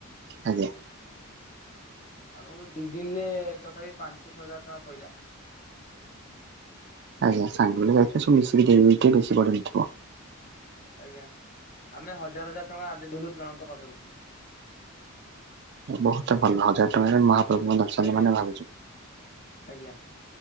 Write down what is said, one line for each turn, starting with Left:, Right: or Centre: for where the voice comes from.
Right: ଆଜ୍ଞା।
Left: ଆମକୁ ଦି ଦିନି ରେ ତଥାପି ପାଞ୍ଚଶହ ହଜାର ଟଙ୍କା ପଡିଲା।
Right: ଆଜ୍ଞା ସାଙ୍ଗରେ ଯାଇଥିଲେ ସବୁ ମିିକି ଦେଇଦେଇଥିବ ବେଶୀ ପଡ଼ିନଥିବ।
Left: ଆଜ୍ଞା ଆମେ ହଜାର ହଜାର ଟଙ୍କା ଆଦେଇଥିଲୁ ଜଣଙ୍କ ପାଖରୁ।
Right: ବହୁତ ଭଲ ହଜାର ଟଙ୍କା ରେ ମହାପ୍ରଭୁ ଙ୍କ ଦର୍ଶନ
Left: ଆଜ୍ଞା
Right: ମାନେ ଭାବୁଥିବେ।
Left: ଆଜ୍ଞା